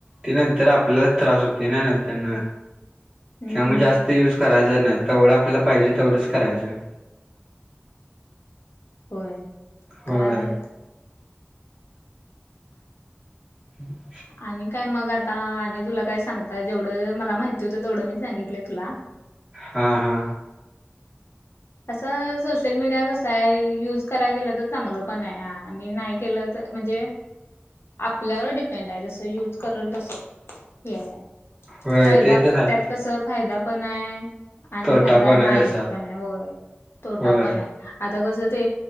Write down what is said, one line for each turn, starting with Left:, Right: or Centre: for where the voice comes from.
Right: ते नंतर आपल्यालाच त्रास होतो नंतर न.
Left: हम्म
Right: त्यामुळे जास्त युज करायचा नाही, तेवढं आपल्याला पाहिजे तेवढंच करायचं.
Left: होय,
Right: होय
Left: काय आहे आता.
Right: ह <inaudible>
Left: आणि काय मग आता तुला काय सांगता जेवढं, माहिती होतं तेवढं मी सांगितलंय तुला.
Right: हा हा.
Left: असं सोशल मीडिया कस आहे, युज करायला गेला तर चांगलं पण आहे आणि. केलं तर, म्हणजे. आपल्यावर डिपेंड आहे, जसं युज करल तस हे हाय.
Right: होय
Left: फायदा,
Right: ते तर आहे
Left: त्यात कस. फायदा पण आहे, आणि
Right: खोटा
Left: फायदा
Right: पणा
Left: नाही
Right: जसा
Left: पण, आहे हो तोटा
Right: होय
Left: पण आहे. आता कसं ते